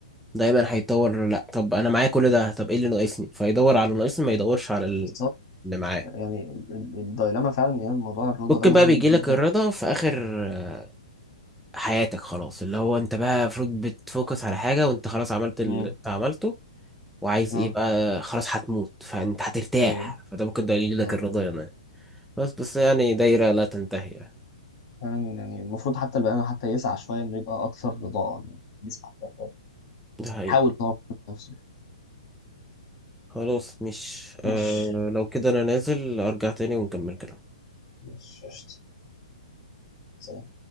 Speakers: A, in the centre; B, on the left (about 45°).
A: دايما هيطور لا طب انا معايا كل ده طب ايه اللي ناقصني فيدور على اللي ناقصني ما يدورش على ال-
B: بالظبط
A: اللي معاه
B: يعني ال- ال- الدايلاما فعلا يعني موضوع الرضا
A: ممكن
B: ده مهم
A: بقى بيجيلك
B: جدا
A: الرضا في اخر آه، حياتك خلاص اللي هو انت بقى المفروض بتفوكس على حاجه وانت خلاص عملت اللي
B: مم.
A: انت عملته وعايز
B: اه
A: ايه بقى خلاص هتموت فانت هترتاح
B: ايوه
A: فده ممكن ده يجيلك
B: اه
A: الرضا يعني بس بس يعني دايره لا تنتهي يعني
B: فعلا يعني المفروض حتى البني آدم حتى يسعى شوية إنه يبقى أكثر رضاء يعني يسعى حتى شوية
A: ده حقيقي
B: يحاول يطور من نفسه
A: خلاص مش
B: مش
A: آه لو كده انا نازل ارجع تاني ونكمل كلام
B: مش قشطة سلام